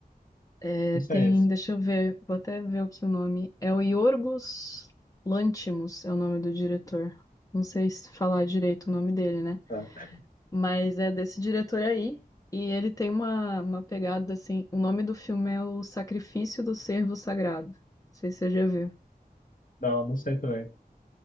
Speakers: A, on the left; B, on the left.
A: É,
B: Não sei
A: tem,
B: esse.
A: deixa eu ver, vou até ver aqui o nome. É o Yorgos Lanthimos, é o nome do diretor. Não sei se falar direito o nome dele, né?
B: Tá.
A: Mas é desse diretor aí. E ele tem uma, uma pegada assim. O nome do filme é O Sacrifício do Servo Sagrado. Não sei se você já viu.
B: Não, não sei também.